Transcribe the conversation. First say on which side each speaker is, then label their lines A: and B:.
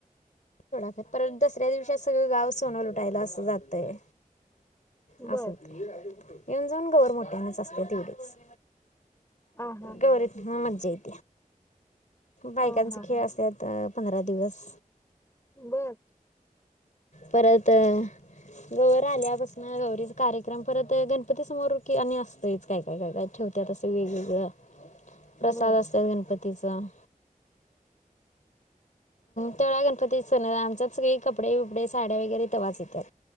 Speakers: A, on the left; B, on the left.
A: परत दसऱ्या दिवशी सगळं गाव सोनं लुटायला असं जातय. असं
B: बर
A: होतय. येऊन जाऊन गवार मोठ्यानच अस- थोडाच
B: हा हा
A: गौरीत मज्या येत- <unintelligible> बायकांचे
B: हा हा
A: खेळ
B: हा
A: असतात अ.. - पंधरा दिवस.
B: बर.
A: परत गौवर आल्यापासन गौरीचा कार्यक्रम परत गणपती समोर ब आणि असतयच. काय, काय, काय, काय ठेवतात, असं वेगवेगळ प्रसाद
B: बर
A: असतात गणपती- तम् त्या <unintelligible> ते <unintelligible> स आमच्यात सगळे कपडे बिपडे साड्या वगैरे तेवाच येतात,